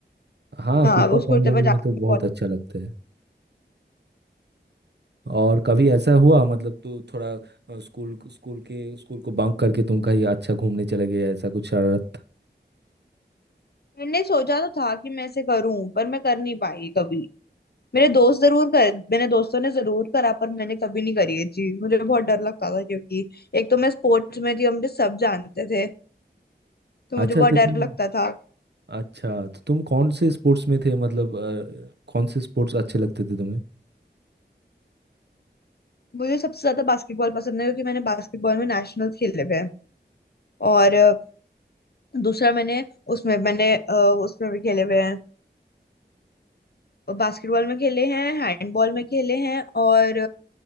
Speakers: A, on the right; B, on the left.
A: हाँ
B: हाँ
A: कुर्ता
B: वो उसको
A: पंजाबी
B: तब जाके
A: में तो बहुत
B: बहुत
A: अच्छा लगता है और कभी ऐसा हुआ मतलब तू थोड़ा अ, स्कूल स्कूल के स्कूल को बंक करके तुम कहीं अच्छा घूमने चले गए ऐसा कुछ शरारत
B: मैंने सोचा तो था कि मैं ऐसे करूं पर मैं कर नहीं पाई कभी मेरे दोस्त जरूर कर मेरे दोस्तों ने जरूर करा पर मैंने कभी नहीं करी ये चीज मुझे बहुत डर लगता था क्योंकि एक तो मैं स्पोर्ट्स में थी और मुझे सब जानते थे तो मुझे
A: अच्छा
B: बहुत
A: अच्छा
B: डर
A: तुम
B: लगता था
A: अच्छा तो तुम कौन से स्पोर्ट्स में थे मतलब अ, कौन से स्पोर्ट्स अच्छे लगते थे तुम्हें
B: मुझे सबसे ज्यादा बास्केटबॉल पसंद है क्योंकि मैंने बास्केटबॉल में नेशनल खेले हुए हैं और अ, दूसरा मैंने उसमें मैंने अ, उसमें भी खेले हुए हैं बास्केटबॉल में खेले हैं हैंडबॉल में खेले हैं और